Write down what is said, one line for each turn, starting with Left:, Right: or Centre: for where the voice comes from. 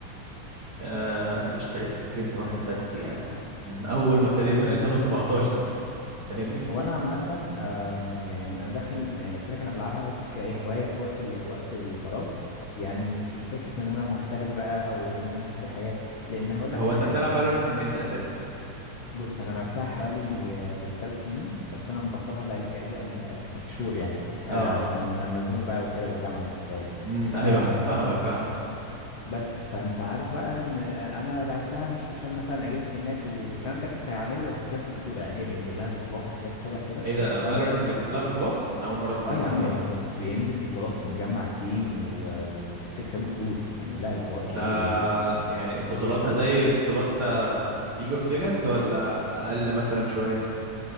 Right: آه اشتريت سكن واحد بس يعني من اول ما ابتديت
Left: انا
Right: من 2017 فاهمني
Left: هو انا عامه آم، يعني انا داخل يعني قلت لك انا بلعبها بس كايه هوايه في وقت ال... وقت الفراغ يعني مش فكره ان انا محترف بقى او ان انا هشتري حاجات لان هقول
Right: هو
Left: لك على
Right: انت
Left: حاجه
Right: بتلعب
Left: انا
Right: فالورنت من امتى اساسا
Left: بص انا لعبتها حوالي ثلاث سنين بس انا مبطلها بقى لي تقريبا آه، ست شهور يعني
Right: اه
Left: آه، عشان مزنوق بقى وكده والجامعه وانت فاهم
Right: امم
Left: ف
Right: ايوه <laughs> فاهمك فاهمك
Left: بس فانت عارف بقى ان آه، انا لعبتها مش عشان مثلا اجيب سكنات والكلام ده كنت هعمله لو كنت داخل بطوله يعني هي بينزل لها بطولات وحاجات شبه كده
Right: ايه ده
Left: فانا
Right: فالورنت بينزل لها بطولات انا اول مره اسمع
Left: اه
Right: الموضوع
Left: يا عم
Right: ده
Left: ب- بينزل بطولات وبتجمع تيم و- وبتكسبوا فلوس يعني لا الحوار كبير
Right: ده
Left: يعني فاهم
Right: يعني بطولاتها زي بطولات ليج اوف ليجند ولا اقل مثلا شويه